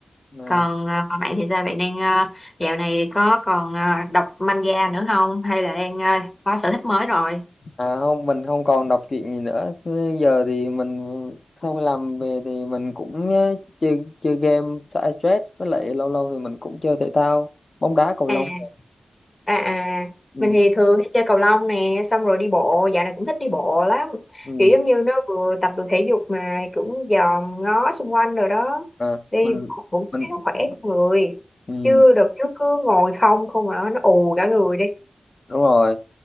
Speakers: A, on the left; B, on the left.
A: mà-
B: Còn ờ, còn bạn thì sao? Bạn đang ờ, dạo này có còn ờ, đọc manga nữa không? Hay là đang ờ, có sở thích mới rồi?
A: à không, mình không còn đọc truyện gì nữa. Bây Giờ thì mình không làm về thì mình cũng ờ, chơi chơi game xả stress với lại lâu lâu thì mình cũng chơi thể thao, bóng đá, cầu
B: à
A: lông.
B: à à
A: Ừ,
B: mình thì thường hay chơi cầu lông nè xong rồi đi bộ dạo này cũng thích đi bộ lắm
A: ừ,
B: kiểu giống như nó vừa tập được thể dục mà cũng dòm ngó xung quanh rồi đó
A: à,
B: đi
A: mình
B: bộ cũng
A: mình
B: thấy nó khỏe cho người
A: ừ,
B: chứ đợt trước cứ ngồi không không mà nó ù cả người đi
A: đúng rồi.